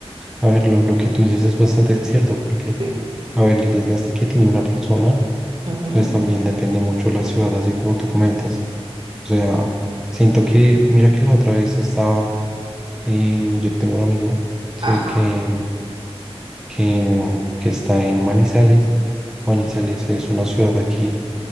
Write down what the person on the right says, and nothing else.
Sí.
Ujú.
Ajá,